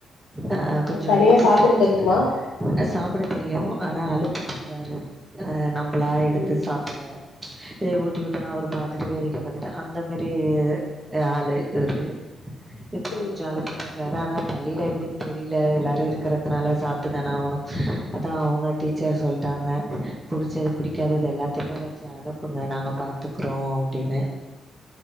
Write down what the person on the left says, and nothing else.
தனியா
சாப்பிட
தெரியுமா
ம்
ம்
ம்